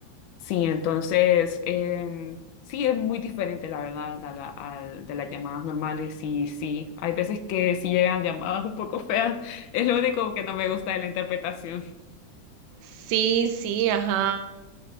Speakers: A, on the left; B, on the right.
A: sí, entonces, em, sí, es muy diferente, la verdad, a la- al- de las llamadas normales y sí, hay veces que sí llegan llamadas un poco feas, es lo único que no me gusta de la interpretación.
B: sí, sí, ajá.